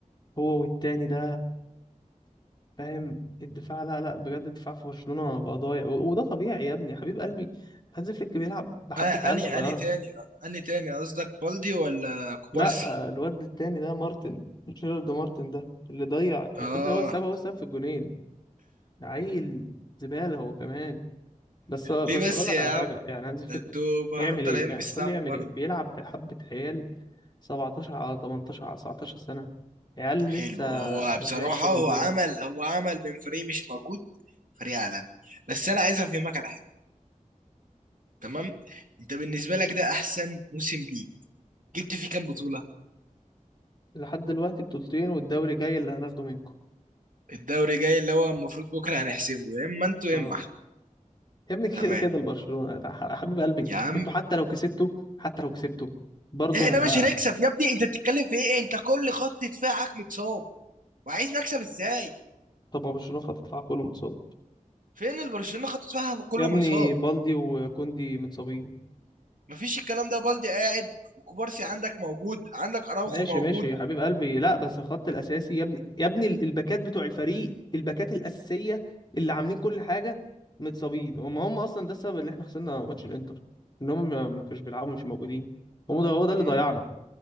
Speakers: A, on the left (about 35°); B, on the right (about 80°).
A: هو والتاني ده فاهم الدفاع لا لا بجد الدفاع في برشلونة بقى ضايع و- وده طبيعي يا ابني يا حبيب قلبي هانز فليك بيلعب بحبة
B: آه، اني
A: عيال صغيرة
B: اني تاني اني تاني قصدك بالدي ولا كوبارسي
A: لا آه، الواد التاني ده مارتن جيرارد مارتن ده اللي ضيع يا
B: اه
A: ابني هو السبب هو السبب في الجونين ده عيل زبالة هو كمان بس بس
B: ليه بس
A: اقول لك
B: يا
A: على حاجة
B: عم
A: يعني هانز فليك
B: ده انتوا المفروض
A: يعمل
B: طالعين
A: ايه يعني
B: بيه السما
A: قول لي يعمل
B: برضه
A: ايه بيلعب بحبة عيال 17 على 18 على 19 سنة عيال
B: حلو
A: لسه
B: هو
A: ما
B: بصراحه
A: طلعتش من
B: هو
A: البيضة
B: عمل هو عمل من فريق مش موجود فريق عالمي بس انا عايز افهمك على حاجه تمام انت بالنسبه لك ده احسن موسم ليك جبت فيه كام بطوله
A: لحد دلوقتي بطولتين والدوري جاي اللي هناخده منكم
B: الدوري جاي اللي هو المفروض بكره هنحسمه يا اما انتوا يا
A: اه.
B: اما احنا
A: يا ابني كده
B: تمام
A: كده البرشلونة يا ح- حبيب قلبي
B: يا عم
A: انتوا حتى لو كسبتوا حتى لو كسبتوا برضه
B: احنا
A: هيبقى
B: مش هنكسب يا ابني انت بتتكلم في ايه انت كل خط دفاعك متصاب وعايز نكسب ازاي
A: طب ما برشلونة خط دفاع كله متصاب
B: فين البرشلونه خط دفاعها كله
A: يا ابني
B: متصاب
A: بالدي وكوندي متصابين
B: مفيش الكلام ده بالدي قاعد وكوبارسي عندك موجود عندك اراوخو
A: ماشي
B: موجود
A: ماشي يا حبيب قلبي لا بس الخط الاساسي يا ابني يا ابني ال- الباكات بتوع الفريق الباكات الاساسيه اللي عاملين كل حاجه متصابين وما هم اصلا ده السبب ان احنا خسرنا ماتش الانتر ان هم ما ما كانوش بيلعبوا مش موجودين هم ده هو ده اللي
B: مم.
A: ضيعنا